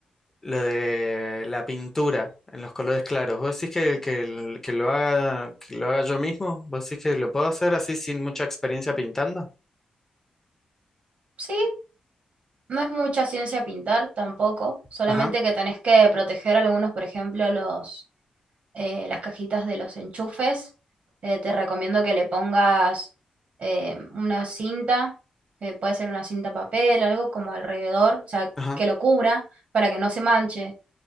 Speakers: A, on the left; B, on the right.
A: lo de la pintura en los colores claros, vos decís que, que, el- que lo haga, que lo haga yo mismo, vos decís que lo puedo hacer así sin mucha experiencia pintando.
B: sí, no es mucha ciencia pintar tampoco, solamente
A: Ajá,
B: que tenés que proteger algunos, por ejemplo, los eh, las cajitas de los enchufes. Eh, te recomiendo que le pongas eh, una cinta, eh, puede ser una cinta papel, algo como alrededor, o sea,
A: ajá,
B: que lo cubra para que no se manche.